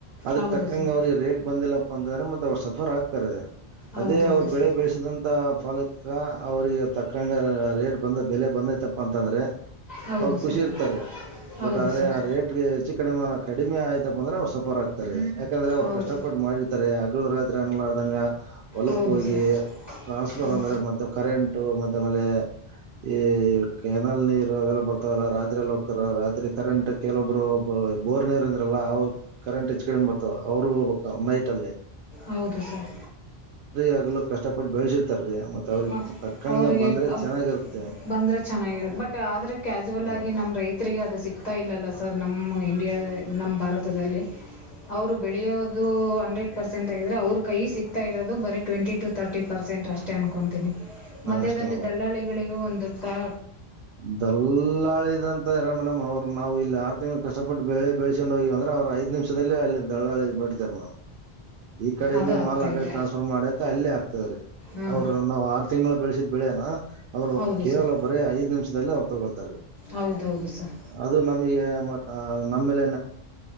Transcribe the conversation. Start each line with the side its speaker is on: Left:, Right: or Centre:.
Right: ಅದಕ್
Left: ಹೌದು
Right: ತಕ್ಕಂಗ
Left: ಸರ್
Right: ಅವ್ರಿಗೆ ರೇಟ್ ಬಂದಿಲ್ಲಪ್ಪ ಅಂತಂದ್ರೆ ಮತ್ತ್ ಅವರು ಸಫರ್ ಆಕ್ತಾರೆ.
Left: ಹೌದೌದು
Right: ಅದೇ ಅವ್ರ ಬೆಳೆ
Left: ಸರ್
Right: ಬೆಳೆಸಿದಂತ ಫಲಕ್ಕ ಅವ್ರಿಗೆ ತಕ್ಕಂಗ ರೇಟ್ ಬಂದ ಬೆಲೆ ಬಂದೈತಪ್ಪ ಅಂತಂದ್ರೆ
Left: ಹೌದು
Right: ಅವ್ರ್ ಖುಷಿ
Left: ಸರ್
Right: ಇರ್ತಾರೆ.
Left: ಹೌದು
Right: ಬಟ್ ಆದ್ರೆ
Left: ಸರ್
Right: ಆ ರೇಟ್ ಗೆ ಹೆಚ್ಚು ಕಡಿಮ ಕಡಿಮೆ ಆಯ್ತಪ್ಪ ಅಂದ್ರೆ ಅವ್ರು ಸಫರ್ ಆಗ್ತಾರೆ ಯಾಕಂದ್ರೆ ಅವ್ರು
Left: ಹೌದು
Right: ಕಷ್ಟಪಟ್ಟ್ ಮಾಡಿರ್ತಾರೆ ಹಗಲು ರಾತ್ರಿ ಅನುಲಾರದಂಗ ಹೊಲಕ್ಕ್
Left: ಹೌದು
Right: ಹೋಗಿ
Left: ಸರ್
Right: ಟ್ರಾನ್ಸ್ಫರ್
Left: ಹ್ಞೂ
Right: ಅಂದ್ರೆ ಮತ್ತೆ ಕರೆಂಟು ಮತ್ತ ಆಮೇಲೆ ಈ ಕೆನಲ್ ನೀರ್ ಅವೆಲ್ಲ ಬರ್ತಾವಲ್ಲ ರಾತ್ರಿ ಎಲ್ಲಿ ಹೋಗ್ತಾರ ರಾತ್ರಿ ಕರೆಂಟ್ ಕೆಲವೊಬ್ರು ಬೋರ್ ನೀರ್ ಅಂದ್ರಲ್ಲ ಅವ್ರು ಕರೆಂಟ್ ಹೆಚ್ ಕಡಿಮ ಬರ್ತಾವ ಅವ್ರು ಹೋಗ್ಬೇಕ ನೈಟ್ ಅಲ್ಲೇ.
Left: ಹೌದು ಸರ್.
Right: ಹಗಲು ಕಷ್ಟಪಟ್ಟು ಬೆಳೆಸಿರ್ತಾರ್ರಿ ಮತ್ತೆ ಅವ್ರಿಗೆ
Left: ಹ
Right: ತಕ್ಕಂಗ
Left: ಅವ್ರರಿಗೆ
Right: ಬಂದ್ರೆ
Left: ಅಬ್
Right: ಚೆನ್ನಾಗಿರುತ್ತೆ
Left: ಬಂದ್ರೆ ಚನ್ ಚೆನಾಗಿರದ್ ಬಟ್ ಆದ್ರೆ ಕ್ಯಾಸುವಲ್
Right: ಹ್ಮ್
Left: ಆಗಿ ನಮ್ಮ್ ರೈತರಿಗೆ ಅದು ಸಿಕ್ತಾ ಇಲ್ಲಲ್ಲ ಸರ್ ನಮ್ಮ ಇಂಡಿಯಾದ ನಮ್ಮ್ ಭಾರತದಲ್ಲಿ ಅವ್ರು ಬೆಳೆಯೋದು ಹಂಡ್ರೆಡ್ ಪರ್ಸ ಸೆಂಟ್ ಆಗಿದ್ರೆ ಅವ್ರ್ ಕೈ ಸಿಕ್ತಾ ಇರೋದು ಬರೀ ಟ್ವೆಂಟಿ ಟು ಥರ್ಟಿ ಪರ್ಸೆಂಟ್ ಅಷ್ಟೇ ಅನ್ಕೊತೀನಿ. ಮಧ್ಯದಲ್ಲಿ
Right: ಅಷ್ಟೇ ಮೇಡಮ್
Left: ದಲ್ಲಾಳಿಗಳಿಗೂ ಒಂದು ತಳ
Right: ದಲ್ಲಾಳಿದಂತ ಇರ ಮೇಡಮ್ ಅವ್ರು ನಾವು ಇಲ್ಲಿ ಆರ್ ತಿಂಗಳು ಕಷ್ಟಪಟ್ಟು ಬೆಳೆ ಬೆಳಸ್ಕೊಂಡು ಹೋಗಿವಿ ಅಂದ್ರೆ ಅವ್ರ್ ಐದ್ ನಿಮಿಷದಲ್ಲೆ ಅಲ್ಲಿ ದಳ್ಳಾಳಿ ಬಟ್ಟಿ ತಾರ ಮೇ ಈ ಕಡೆಯಿಂದ
Left: ಅದು
Right: ಮಾಲ್
Left: ಆಗ್ತಾ
Right: ಆ ಕಡೆ
Left: ಇದೆ
Right: ಟ್ರಾನ್ಸ್ಫರ್ ಮಾಡಕ ಅಲ್ಲೇ ಆಗ್ತೇವ್ರಿ.
Left: ಹಾಂ
Right: ಅವ್ರು ನಾವ್ ಆರ್ ತಿಂಗ್ಳ್ ಬೆಳೆಸಿದ್ ಬೆಳೆಯನಾ ಅವ್ರು
Left: ಹೌದು
Right: ಕೇವಲ
Left: ಸರ್
Right: ಬರೇ ಐದ್ ನಿಮಿಷದಲ್ಲಿ ಅವ್ ತಗೊತಾರೆ
Left: ಹೌದೌದು ಸರ್
Right: ಅದು ನಮಗೆ ಮತ್ ನಮ್ಮೇಲೆ